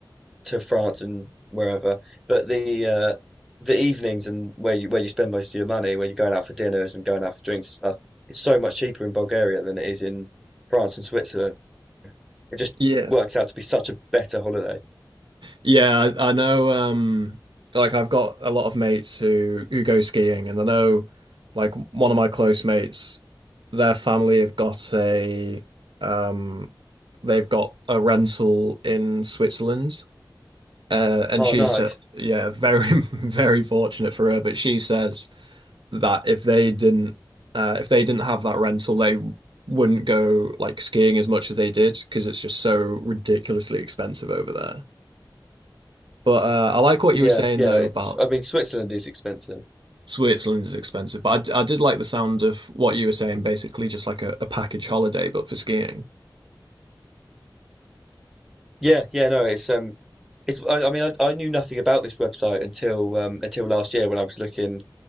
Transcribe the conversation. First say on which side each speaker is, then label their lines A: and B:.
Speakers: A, in the centre; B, on the right (about 80°).
A: to France and wherever. But the uh, the evenings and where you where you spend most of your money, where you're going out for dinners and going out for drinks and stuff, it's so much cheaper in Bulgaria than it is in France and Switzerland. It just
B: Yeah.
A: works out to be such a better holiday.
B: Yeah, I, I know um like I've got a lot of mates who who go skiing and I know like one of my close mates, their family have got a um they've got a rental in Switzerland. Uh and
A: Oh,
B: she
A: nice.
B: said yeah, very <laughs> very fortunate for her, but she says that if they didn't uh if they didn't have that rental they wouldn't go like skiing as much as they did because it's just so ridiculously expensive over there. But uh, I like what
A: Yeah,
B: you were saying
A: yeah.
B: though
A: It's
B: about
A: I mean Switzerland is expensive.
B: Switzerland is expensive. But I, d- I did like the sound of what you were saying, basically just like a, a package holiday, but for skiing.
A: Yeah, yeah. No, it's um, it's I, I mean I, I knew nothing about this website until um until last year when I was looking